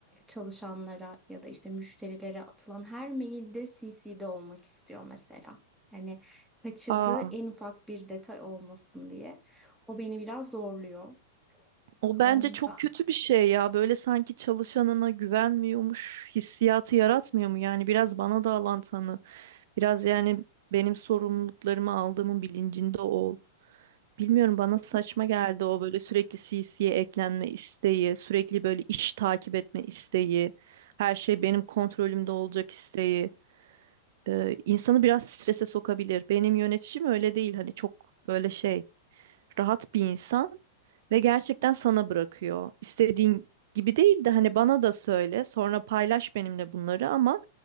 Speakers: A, in the centre; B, on the right.
A: çalışanlara ya da işte müşterilere atılan her mailde CC'de olmak istiyor mesela. Yani kaçırdığı
B: Aa,
A: en ufak bir detay olmasın diye. O beni biraz zorluyor.
B: o bence
A: O yüzden
B: çok kötü bir şey ya. Böyle sanki çalışanına güvenmiyormuş hissiyatı yaratmıyor mu? Yani biraz bana da alan tanı. Biraz yani benim sorumluluklarımı aldığımın bilincinde ol. Bilmiyorum bana
A: kesinlikle
B: saçma geldi o böyle sürekli CC'ye eklenme isteği, sürekli böyle iş takip etme isteği, her şey benim kontrolümde olacak isteği. Ee, insanı biraz strese sokabilir. Benim yöneticim öyle değil hani çok böyle şey rahat bir insan. Ve gerçekten sana bırakıyor. İstediğin gibi değil de hani bana da söyle, sonra paylaş benimle bunları ama